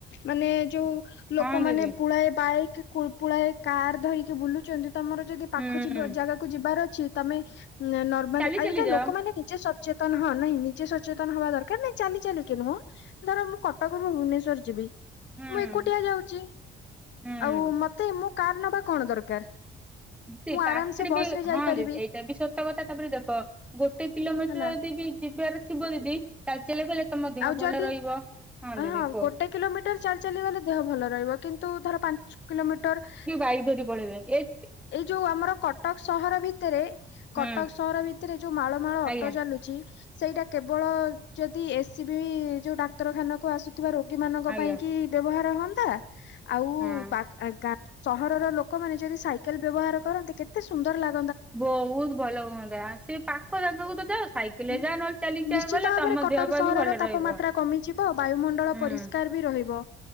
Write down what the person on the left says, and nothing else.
ମାନେ ଯୋଉ ଲୋକମାନେ
ପୁଳାଏ ବାଇକ୍, ପୁଳାଏ କାର ଧରିକି ବୁଲୁଛନ୍ତି। ତମର ଯଦି ପାଖ
ଯିବା ଜାଗାକୁ ଯିବାର ଅଛି। ତମେ ନର୍ମାଲି
ଏଇଟା
ଲୋକମାନେ ନିଜସା ସଚେତନ ହଁ ନାଇଁ ନିଜେ ସଚେତନ ହବା ଦରକାର। ନାଇଁ ଚାଲି ଚାଲିକି ନୁହଁ ଧର ମୁଁ କଟକରୁ ଭୁବନେଶ୍ୱଵର ଯିବି!
ମୁଁ ଏକୁଟିଆ ଯାଉଛି।
ଆଉ ମତେ ମୁଁ କାର ନବା କଣ ଦରକାର?
ମୁଁ
ଆରାମ ସେ ବସ
ରେ ଯାଇପାରିବି
ହେଲା
ଆଉ
ଯଦି
ହଁ,
ଗୋଟେ କିଲୋମିଟର ଚାଲି ଚାଲି ଗଲେ ଦେହ ଭଲ ରହିବ। କିନ୍ତୁ, ଧର ପାଞ୍ଚ କିଲୋମିଟର
ଏଇ ଯୋଉ ଆମର କଟକ ସହର ଭିତରେ,
କଟକ ସହର ଭିତ୍ ଯୋଉ ମାଳ ମାଳ ଅଟୋ
ଚାଲୁଛି। ସେଇଟା କେବଳ ଯଦି ଏ ସି ବିି ଯୋଉ ଡାକ୍ତରଖାନାକୁ ଆସୁ ଥିବା ରୋଗୀ ମାନଙ୍କ
ପାଇଁ କି, ବ୍ୟବହାର ହଅନ୍ତା। ଆଉ
ବାକ୍ ଗାଁ ସହରର ଲୋକମାନେ ଯଦି ସାଇକେଲ ବ୍ୟବହାର କରନ୍ତି। କେତେ ସୁନ୍ଦର ଲାଗ
ହୁଁ
ନିଶ୍ଚିତ
ଭାବରେ
କଟକ
ସହରର
ତାପମାତ୍ରା
କମିଯିବ ବାୟୁମଣ୍ଡଳ
ପରିଷ୍କାର ବି ରହିବ।